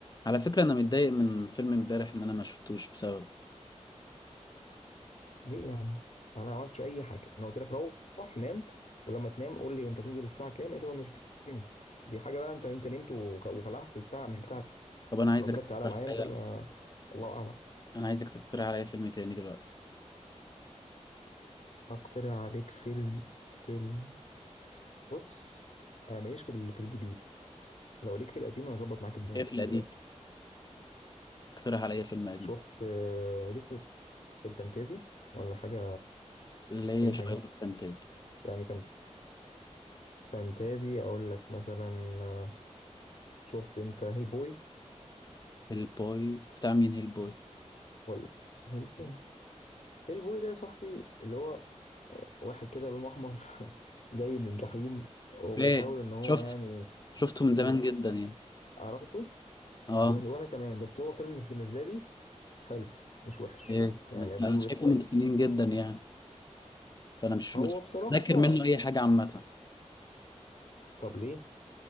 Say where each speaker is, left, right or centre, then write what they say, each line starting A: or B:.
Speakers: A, on the left (about 35°); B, on the left (about 70°).
A: على فكرة أنا متضايق من فيلم امبارح إن أنا ما شفتوش بسبب
B: ليه يا عم انا ما عملتش اي حاجه انا قلت لك روح نام ولما تنام قول لي انت تنزل الساعه كام انت طنشتني دي حاجه بقى انت انت نمت وخ- وخلعت بتاع مش بتاعتي
A: طب أنا عايزك
B: انا قلت لك تعالى
A: تقترح
B: معايا انت
A: عليا
B: اللي... الله اعلم
A: أنا عايزك تقترح عليا فيلم تاني دلوقتي
B: اقترح عليك فيلم فيلم بص انا ماليش في ال- في الجديد لو ليك في القديم انا هظبط معاك الدنيا
A: إيه في القديم
B: دلوقتي
A: اقترح عليا فيلم قديم
B: شفت آه، ليك في في الفانتازي ولا حاجه
A: اللي
B: اي
A: هي شوية
B: حاجه
A: فانتازي
B: يعني فان... فانتازي اقول لك مثلا آه، شفت انت هيل بوي
A: هيلبوي بتاع مين هيلبوي
B: ولا هيل بوي هيل بوي ده يا صاحبي اللي هو آه، واحد كده لونه احمر <laughs> جاي من الجحيم وبيحاول
A: إيه
B: ان هو
A: شفت
B: يعني
A: شفته من
B: ي-
A: زمان جدا يعني
B: عرفته
A: أه
B: من- وانا كمان بس هو فيلم بالنسبه لي حلو مش وحش
A: إيه
B: يعني
A: أنا
B: اديله
A: أنا شايفه
B: ريت كويس
A: من سنين جدا يعني فأنا مش
B: هو
A: مش
B: بصراحه
A: متذاكر منه أي حاجة عامة
B: طب ليه